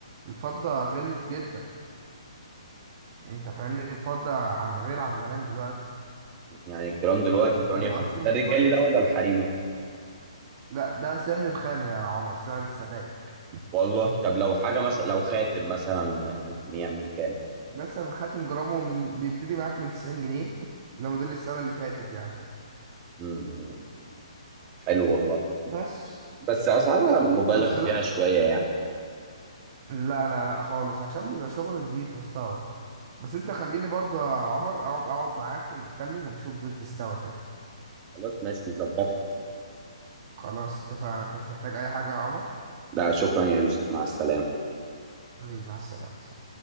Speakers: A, on the right (about 40°); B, on the right (about 25°).
A: الفضه غليت جدا انت فاهمني الفضه عن غير عن زمان دلوقتي
B: يعني الجرام دلوقتي
A: انت
B: ب
A: فاهم
B: 58
A: قصدي مش
B: ده الرجالي
A: كل
B: ده ولا الحريمي
A: لا ده سعر الخام يا عمر سعر السبائك
B: والله طب لو حاجه مثلا لو خاتم مثلا ممكن يعمل كام
A: مثلا خاتم جرامه من بيبتدي معاك من 90 جنيه ده موديل السنة اللي فاتت يعني
B: امم أمم. حلو والله
A: بس
B: بس اسعارها مبالغ
A: بس
B: فيها
A: لا
B: شويه يعني
A: لا لا لا خالص عشان بيبقى شغل نضيف مستورد بس انت خليني برضو يا عمر اقعد اقعد معاك ونتكلم ونشوف بيزنس سوا كده
B: خلاص ماشي نظبطها
A: خلاص اتفقنا انت مش محتاج اي حاجة يا عمر
B: ده شكرا يا يوسف مع السلامة
A: حبيبي مع السلامة